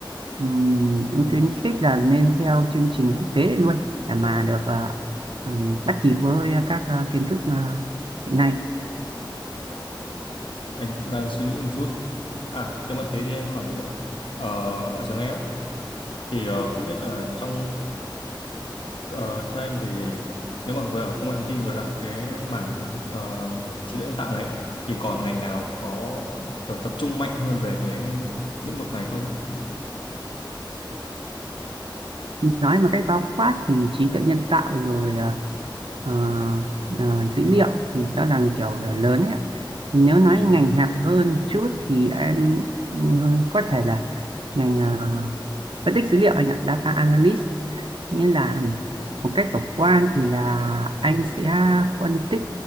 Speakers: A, on the right; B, on the left.
A: ừm, em khuyến khích là nên theo chương trình quốc tế luôn để mà được à, ừm, bắt kịp với các à, kiến thức à, hiện nay
B: Anh cũng đang suy nghĩ một chút. À, nếu mà thế thì anh hỏi nữa. Ở, ở trường em á, Thì ờ, không biết là trong ờ, theo em thì nếu mà về ở công nghệ thông tin với cả cái mảng ờ, trí tuệ nhân tạo này thì còn ngành nào có kiểu tập trung mạnh hơn về cái lĩnh vực này không ấy?
A: nói mà cách bao quát thì trí tuệ nhân tạo rồi à, ờ, ờ, dữ liệu thì đó là kiểu là lớn ấy ạ. thì nếu nói
B: Ừ.
A: ngành hẹp hơn chút thì em ừ, có thể là ngành ờ, phân tích dữ liệu anh ạ data analyst nghĩa là một cách tổng quan thì là anh sẽ phân tích